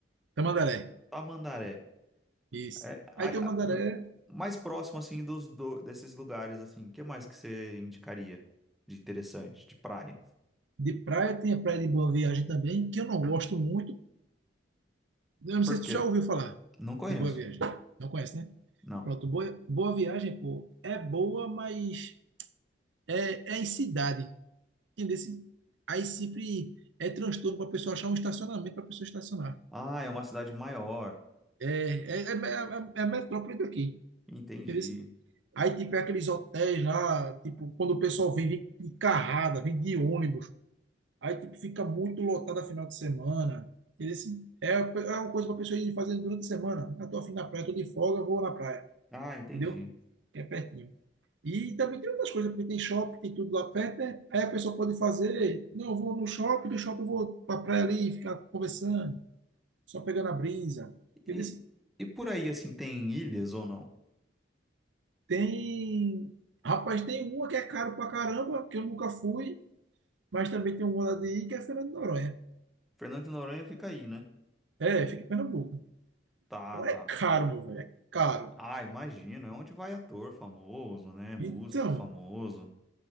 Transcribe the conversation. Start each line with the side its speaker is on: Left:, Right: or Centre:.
Right: Tamandaré.
Centre: Tamandaré.
Right: Isso.
Centre: É, a-
Right: Aí tem o Mandaré
Centre: a- m- mais próximo, assim, dos do- desses lugares, assim, o que mais que você indicaria de interessante, de praia?
Right: de praia, tem a praia de Boa Viagem também, que eu não gosto muito. Eu não
Centre: Por
Right: sei se
Centre: quê?
Right: tu já ouviu falar
Centre: Não conheço,
Right: de Boa Viagem. Não conhece, né?
Centre: não.
Right: Pronto, Boa, Boa Viagem, pô, é boa, mas é, é em cidade. Entendeu? Aí sempre é transtorno para a pessoa achar um estacionamento para a pessoa estacionar.
Centre: Ah, é uma cidade maior,
Right: É, é, é, é, é a metrópole daqui.
Centre: entendi.
Right: Entendeu? Aí, tipo, é aqueles hotéis lá, tipo, quando o pessoal vem de de carrada, vem de ônibus, aí, tipo, fica muito lotado a final de semana. Entendeu? É, é uma coisa para a pessoa ir fazendo durante a semana. Eu tô afim da praia, tô de folga, vou na praia.
Centre: Ah, entendi.
Right: entendeu? Que é pertinho. E também tem outras coisas, porque tem shopping, tem tudo lá perto, né? Aí a pessoa pode fazer, não, eu vou no shopping, do shopping eu vou pra praia ali, ficar conversando, só pegando a brisa. Entendeu?
Centre: E, e por aí, assim, tem ilhas ou não?
Right: Tem, rapaz, tem uma que é caro pra caramba, que eu nunca fui, mas também tem uma lá de ir, que é Fernando de Noronha.
Centre: Fernando de Noronha fica aí, né?
Right: É, fica em Pernambuco.
Centre: Tá,
Right: Agora
Centre: tá.
Right: é caro, meu velho, é caro.
Centre: Ah, imagino, é onde vai ator famoso, né? Músico
Right: Então,
Centre: famoso.